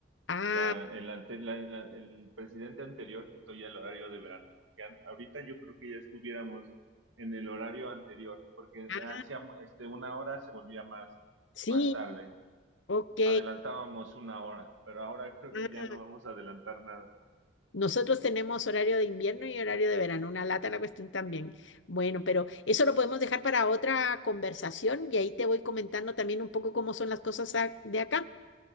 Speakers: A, on the left; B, on the right.
A: Ah,
B: La, el, ante- la- la- el presidente anterior quitó ya el horario de verano, porque an- ahorita yo creo que ya estuviéramos en el horario anterior, porque
A: ah,
B: hacíamos, este, una hora se volvía más,
A: sí,
B: más tarde.
A: ok.
B: Adelantábamos una hora, pero ahora creo
A: ah,
B: que ya no vamos a adelantar nada.
A: Nosotros tenemos horario de invierno y horario de verano, una lata la cuestión también. Bueno, pero eso lo podemos dejar para otra conversación y ahí te voy comentando también un poco cómo son las cosas a- de acá.